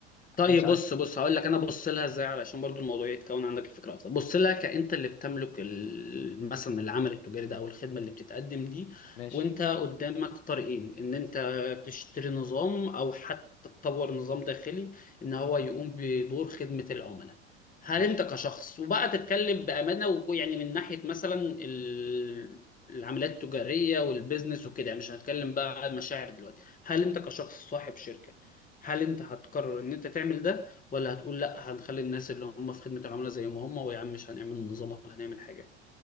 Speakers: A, on the left; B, on the left.
A: طيب
B: أنا مش عارف
A: بص بص هقول لك انا بص لها ازاي علشان برضو الموضوع يتكون عندك الفكره افضل بص لها كانت اللي بتملك ال- مثلا العمل التجاري ده او الخدمه اللي بتتقدم دي
B: ماشي
A: وانت قدامك طريقين ان انت تشتري نظام او حتى تطور نظام داخلي ان هو يقوم بدور خدمه العملاء هل
B: ماشي
A: انت كشخص وبقى تتكلم بامانه ويعني من ناحيه مثلا ال- العمليات التجاريه والبيزنس وكده يعني مش هنتكلم بقى عن مشاعر دلوقتي هل انت كشخص صاحب شركه هل انت هتقرر ان انت تعمل ده ولا هتقول لا هنخلي الناس اللي هم في خدمة العملاء زي ما هم ويا عم مش هنعمل نظام ولا هنعمل حاجة